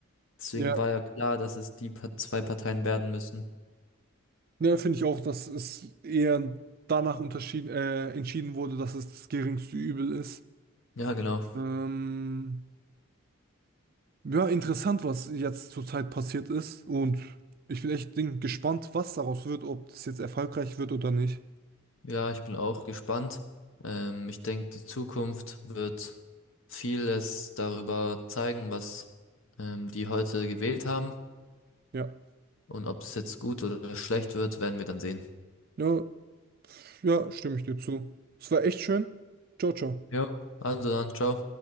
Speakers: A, on the left; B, on the right.
A: Deswegen
B: Ja.
A: war ja klar, dass es die pa zwei Parteien werden müssen.
B: Ja, finde ich auch, dass es eher danach unterschieden, äh, entschieden wurde, dass es das geringste Übel ist.
A: Ja, genau.
B: Ähm, ja, interessant, was jetzt zurzeit passiert ist. Und ich bin echt ding- gespannt, was daraus wird, ob das jetzt erfolgreich wird oder nicht.
A: Ja, ich bin auch gespannt. Ähm, ich denke, die Zukunft wird vieles darüber zeigen, was ähm, die heute gewählt haben.
B: Ja.
A: Und ob das jetzt gut oder schlecht wird, werden wir dann sehen.
B: Ja, ja, stimme ich dir zu. Es war echt schön. Ciao, ciao.
A: Ja. Also dann, ciao.